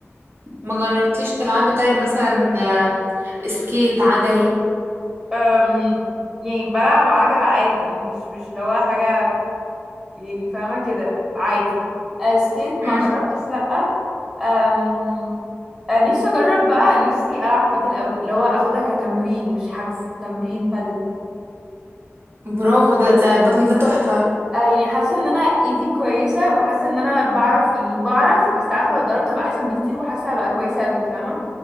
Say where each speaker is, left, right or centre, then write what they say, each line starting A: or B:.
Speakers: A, on the right; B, on the right.
A: ما جربتيش تلعبي طيب مثلا آه، سكيت عجل
B: أم يعني بلعب عجل عادي مش مش اللي هو حاجة يعني فاهمة كده عادي أه سكيت
A: مم.
B: ما جربتش لأ أم أه نفسي أجرب بقى نفسي ألعب بادل قوي اللي هو أخدها كتمرين مش حجز تمرين بادل
A: برافو ده ده البطل ده تحفة
B: أه يعني حاسة إن أنا إيدي كويسة وحاسة إن أنا بعرف يعني بعرف بس عارفة لو اتدربت هبقى أحسن بكتير وحاسة هبقى كويسة قوي فاهمة